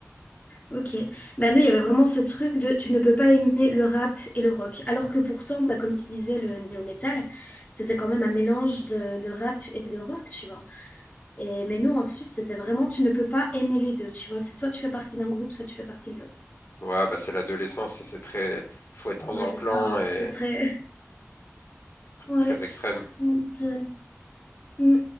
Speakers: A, on the left; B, on the left.
A: Ok. Bah nous, il y avait vraiment ce truc de tu ne peux pas aimer le rap et le rock. Alors que pourtant, bah, comme tu disais, le néo-metal, c'était quand même un mélange de, de rap et de rock, tu vois. Et, mais nous, en Suisse, c'était vraiment tu ne peux pas aimer les deux, tu vois. C'est soit tu fais partie d'un groupe, soit tu fais partie de l'autre.
B: Ouais, bah c'est l'adolescence et c'est très, faut être dans
A: Ouais,
B: un
A: c'est
B: clan
A: ça, hein.
B: et
A: C'est très... <laughs> Ouais.
B: très extrême.
A: c'est- Mm.